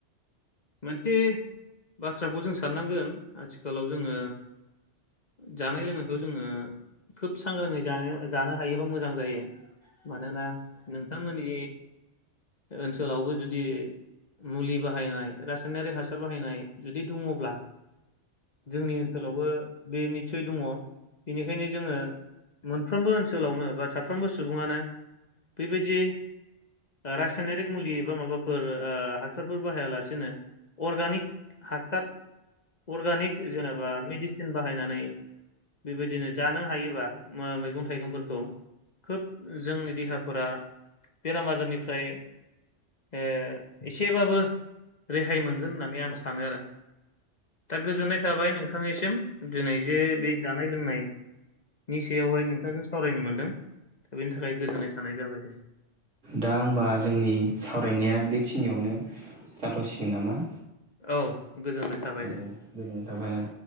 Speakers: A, on the left (about 40°); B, on the right (about 85°).
A: मोनसे बाथ्राखौ जों साननांगोन आथिखालाव जोङो जानाय लोंनायखौ जोङो खोब सांग्राङै जानो जानो हायोबा मोजां जायो मानोना नोंथांमोननि ओनसोलावबो जुदि मुलि बाहायनाय रासायनारि हासार बाहायनाय जुदि दङब्ला जोंनि ओनसोलावबो बे निस्सय दङ। बेनिखायनो जोङो मोनफ्रोमबो ओनसोलावनो बा साफ्रोमबो सुबुङानो बेबायदि रासायनारिक मुलि एबा माबाफोर हासारफोर बाहायालासे नो अर्गानिक हासार, अर्गानिक जेनेबा मेडिसिन बाहायनानै बेबायदिनो जानो हायोबा ओ मैगं थाइगंफोरखौ खोब जोंनि देहाफोरा बेराम आजारनिफ्राय ओ एसेबाबो रेहाय मोनगोन होननानै आं सानो आरो दा गोजोननाय थाबाय नोंथांनिसिम दिनै जे बे जानाय लोंनायनि सायावहाय नोंथांजों सावरायनो मोनदों। दा बेनि थाखाय गोजोननाय थानाय जाबाय। <inaudible>
B: दा होमबा जोंनि सावरायनाया बेखिनियावनो जाथसिगोन नामा?
A: औ गोजोननाय थाबाय
B: औ
A: दे।
B: गोजोननाय थाबाय औ।